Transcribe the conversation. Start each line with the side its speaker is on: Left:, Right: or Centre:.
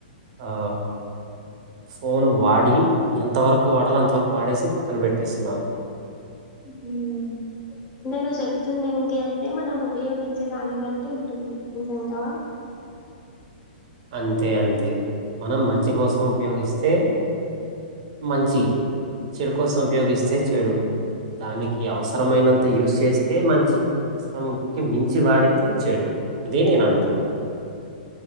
Right: ఆ ఫోన్ వాడి, ఎంతవర్ క్కు వాడలొ అంతవరకు వాడేసి పక్కన పెట్టేస్తున్నారు.
Left: ఉహు నేను చెప్తుంది ఏంటి అంటే, మనం ఉపయోగించే దాన్ని బట్టి ఉంటుంది. అంతే అంటవా?
Right: అంతే అంతే. మనం మంచి కోసం ఉపయోగిస్తే మంచి, చెడు కోసం ఉపయోగిస్తే చెడు. దానికి అవసరమైనంత యూస్ చేస్తే మంచి, అవసరంకి మించి వాడితే చెడు. ఇదే నేనంటున్నది.